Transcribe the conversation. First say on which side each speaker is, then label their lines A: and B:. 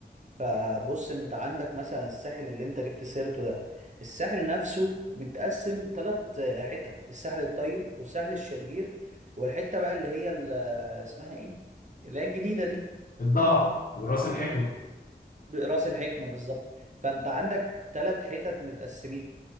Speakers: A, on the right; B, on the left.
A: فبص انت عندك مثلا الساحل اللي انت جبت سيرته ده الساحل نفسه متقسم ثلاث حتت الساحل الطيب والساحل الشرير والحتة بقى اللي هي ال- اسمها ايه اللي هي الجديدة دي
B: الضبع وراس الحكمة
A: راس الحكمة بالظبط فانت عندك ثلاث حتت متقسمين